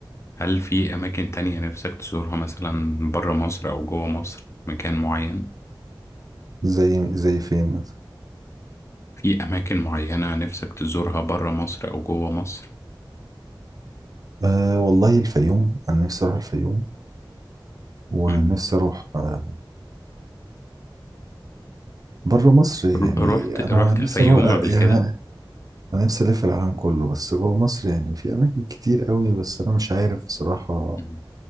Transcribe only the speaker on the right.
زي زي فين مثلا
أه والله الفيوم أنا نفسي أروح الفيوم ونفسي
أروح آه، بره مصر يعني
أنا
نفسي
أروح آه،
يعني
انا نفسي الف العالم كله بس جوه مصر يعني في اماكن كتير قوي بس انا مش عارف بصراحة